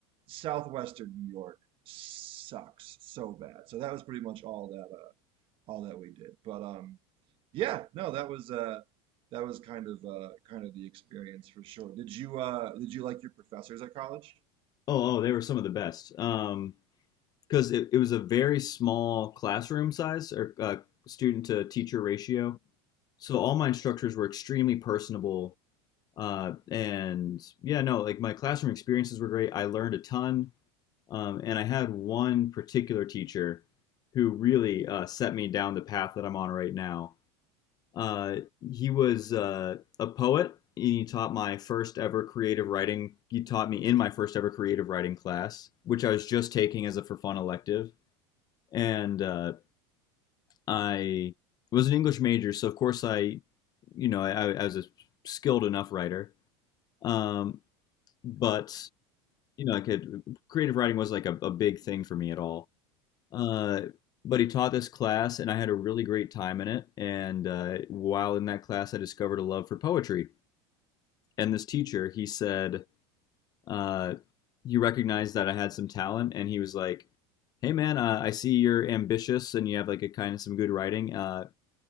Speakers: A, on the right; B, on the left.
A: southwestern New York sucks so bad. So that was pretty much all that uh, all that we did. But um, yeah, no, that was uh, that was kind of uh, kind of the experience for sure. Did you uh, did you like your professors at college?
B: Oh, oh, they were some of the best. Um, because it, it was a very small classroom size or uh, student to teacher ratio. So all my instructors were extremely personable. Uh, and yeah, no, like my classroom experiences were great. I learned a ton. Um, and I had one particular teacher who really uh, set me down the path that I'm on right now. Uh, he was uh, a poet. He taught my first ever creative writing. He taught me in my first ever creative writing class, which I was just taking as a for fun elective. And uh, I was an English major, so of course I, you know, I, I was a skilled enough writer. Um, but you know, I could creative writing was like a, a big thing for me at all. Uh, but he taught this class, and I had a really great time in it. And uh, while in that class, I discovered a love for poetry. and this teacher he said uh, he recognized that I had some talent, and he was like, "Hey man, uh, I see you're ambitious and you have like a kind of some good writing. Uh,